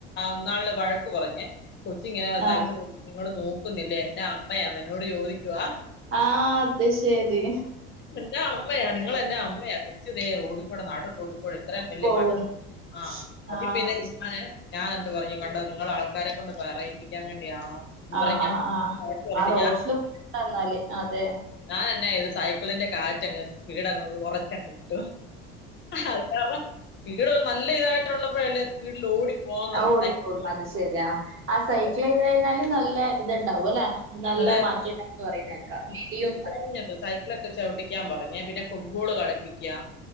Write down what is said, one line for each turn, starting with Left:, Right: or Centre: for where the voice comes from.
Left: ഇന്നാളില്ലെ വഴക്ക് പറഞ്ഞെ കൊച്ചിങ്ങനെ സൈക്കിള്
Right: ആഹ്
Left: ഓടി നിങ്ങള് നോക്കുന്നില്ലേ? എന്നാ അമ്മയാന്ന് എന്നോട് ചോദിക്കുവാ
Right: ആഹ് അത് ശരി
Left: എന്റെ അമ്മയാ നിങ്ങള എന്റെ അമ്മയാക്കും ച്ച് ദെ റോടിക്കോട നട് ടിക്കോടെ ഇത്രയും വലിയ
Right: പോകുന്നു
Left: വണ്ടി ആ അതി
Right: ആഹ്
Left: പിന്നെ
Right: അത്
Left: ഞങ്ങള് ഞാൻ എന്നിട്ട് പറഞ്ഞു കണ്ടോ നിങ്ങൾ ആൾക്കാരെ കൊണ്ട് പറയിപ്പിക്കാൻ വേണ്ടിയാണോ എന്ന്
Right: ആഹ്
Left: പറഞ്ഞ് ഞാൻ
Right: ആഹ് ആഹ്
Left: വഴക്ക് പറഞ്ഞു
Right: ആ റോഡി സ്‌ല് വന്നാല് അതെ
Left: ഞാനന്നെ ഇത് സൈക്കിളിന്റെ കാറ്റങ്ങ് സ്പീടങ് കുറച്ചങ്ങട്ട് ഇട്ടു ആൾക്കാരെ വീട് നല്ല ഇതായിട്ടുള്ളപ്പോഴ അല്ലേ സ്പീഡിൽ ഓടി പോകുന്നത്
Right: ആ ഓടിക്കോളൂ
Left: സൈക്കിൾ
Right: അത് ശെരിയാ ആ സൈക്കിൾ
Left: അപ്പൊ
Right: ചെയ്ത് കഴിഞ്ഞാല് നല്ല ഇത്ണ്ടാവും അല്ലെ നല്ല
Left: അതെ
Right: മാറ്റ എന്ന് പറയുന്നേക്കാ മെലിയും എന്ന് പറ
Left: ന് രണ്ടോസായി ലൊക്കെ ചവിട്ടിക്കാൻ പറഞ്ഞ പിന്നെ ഫുട്ബോൾ കളിപ്പിക്കാ